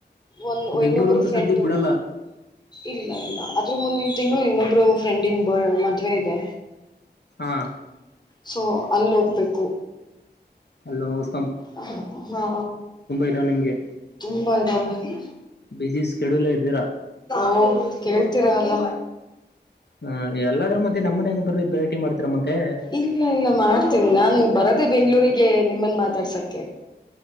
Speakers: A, on the left; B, on the left.
A: ಒಂದು
B: ಬೆಂಗಳೂರು
A: ಇನ್ನೊಬ್ಬರು
B: ಅಂತೂ
A: ಫ್ರೆಂಡು
B: ಸದ್ಯಕ್ಕೆ ಬಿಡಲ್ಲ
A: ಇಲ್ಲ ಇಲ್ಲ ಆದದ್ರ ಮುಂದಿನ ತಿಂಗಳು ಇನ್ನೊಬ್ರು ಫ್ರೆಂಡನ್ ಬ ಮದ್ವೆ ಇದೆ
B: ಹಾ
A: ಸೊ ಅಲ್ಲ ಹೋಗ್ಬೇಕು
B: ಅಲೂಸ್
A: ಹಾ ಹಾ
B: ಇದಾವೆ ನಿಮ್ಗೆ
A: ತುಂಬ ಇಧ್ವೇ
B: ಬಿಸಿ ಸ್ಕೆಡ್ಯೂಲ್ ಇದ್ದೀರಾ
A: ಹೂ ಕೇಳ್ತೀರ ಅಲ್ಲ
B: ಆ, ಎಲ್ಲಾದ್ರ ಮಧ್ಯೆ ನಮ್ಮನೆ ಹೆಂಗ್ ಬರ್ರಿ ಭೇಟಿ ಮಾಡ್ತೀರಾ ಮತ್ತೆ
A: ಇಲ್ಲ ಇಲ್ಲ ಮಾಡ್ತೇನಿ ನಾನ್ ಬರದೆ ಬೆಂಗ್ಳೂರಿಗೆ ಹಗೆ ನಿಮ್ಮನ್ ಮಾತಾಡ್ಸಕ್ಕೆ